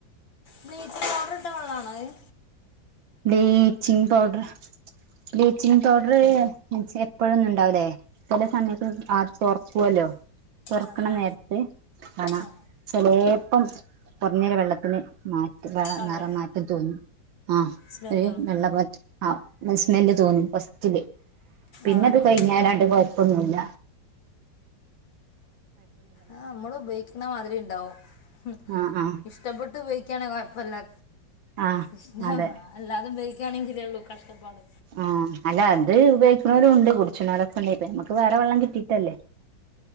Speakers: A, on the left; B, on the right.
A: ബ്ലീച്ചിങ് പൗഡർ ഇട്ട വെള്ളാണോത്.
B: ബ്ലിച്ചിംഗ പൗഡർ ബ്ലി.. ച്ചിങ് പൗഡറ് എപ്പോഴൊന്നും ഉണ്ടാവില്ലേ ചെല സമയത്ത് ആ തൊറക്കൊലൂ. തൊർക്കണ
A: ആ ആ
B: നേരത്ത് കാണ
A: ആ
B: ചെലേപ്പം. ഇങ്ങനെ വെള്ളത്തിന് മാറ്റം.
A: കളർ
B: നെറമാറ്റം തോന്നും ആഹ
A: സ്മെല്ലും
B: ഒരു വെള്ളപ്പോലത്തെ. സ്മെല്ല് തോന്നും ഫസ്റ്റില്. പിന്നത്
A: ആ ആ
B: കഴിഞ്ഞാലണ്ട്കൊഴപ്പൊന്നുല്ല.
A: ആ അമ്മള് ഉപയോഗിക്കുന്നമാതിരി ഇണ്ടാവും മ്
B: ആഹ് ആഹ്
A: ഇഷ്ടപ്പെ. ട്ട് ഉപയോഗിക്കാണേൽ കൊഴപ്പല്ല
B: ആഹ്
A: ഇഷ
B: അതെ
A: എല്ലാത ഉപയോഗിക്കാണേലേള്ളു കഷ്ടപ്പാട്.
B: ആഹ അല്ല അത് ഉപയോഗിക്കുന്നോരും ഉണ്ട് കുടിച്ചണോരൊക്കെ ഉണ്ട്‌ നമക്ക് വേറെ വെള്ളം കിട്ടീട്ടല്ലേ.